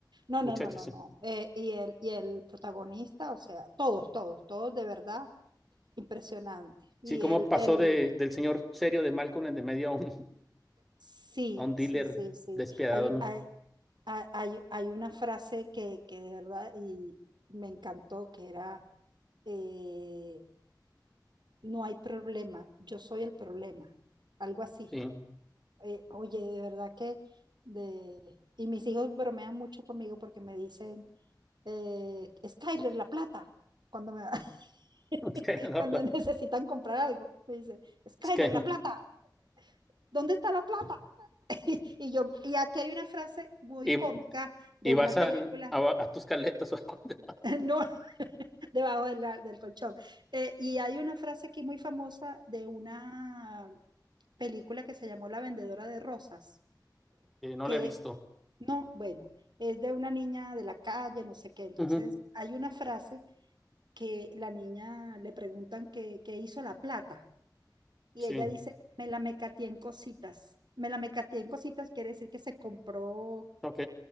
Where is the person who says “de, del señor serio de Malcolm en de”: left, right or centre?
Centre